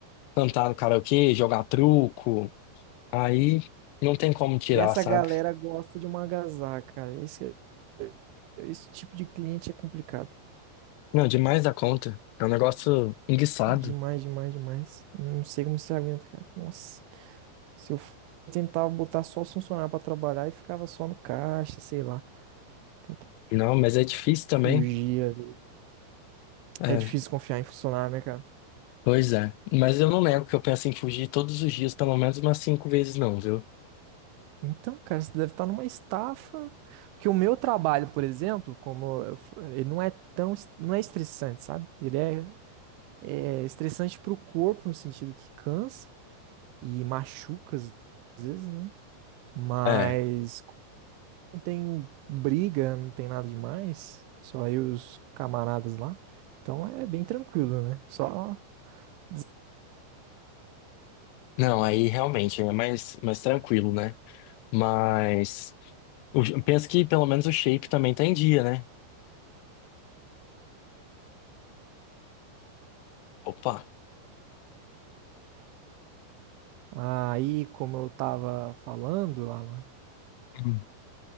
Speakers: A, on the left; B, on the right.
A: cantar no karaokê, jogar truco, aí não tem como tirar,
B: E essa
A: sabe?
B: galera gosta de uma agasalho, cara. Esse, esse tipo de cliente é complicado.
A: Não, demais da conta. É um negócio enguiçado.
B: Demais, demais, demais. Não sei como você aguenta, cara. Nossa. Se eu f- eu tentava botar só os funcionários pra trabalhar e ficava só no caixa, sei lá. Tentava
A: Não, mas é difícil
B: fugir
A: também.
B: ali.
A: É,
B: É difícil confiar em funcionário, né, cara?
A: pois é. Mas eu não nego que eu penso em fugir todos os dias, pelo menos umas cinco vezes, não, viu?
B: Então, cara, você deve estar numa estafa. Porque o meu trabalho, por exemplo, como eu f- ele não é tão, es- não é estressante, sabe? Ele é, é estressante pro corpo, no sentido que cansa e machuca às vezes, né? Mas
A: É,
B: Não tem briga, não tem nada demais. Só eu e os camaradas lá. Então é bem tranquilo, né? Só. des-
A: não, aí realmente é mais, mais tranquilo, né? Mas o- penso que pelo menos o shape também tá em dia, né? Opa!
B: Aí, como eu tava falando, Alan,
A: Uhum.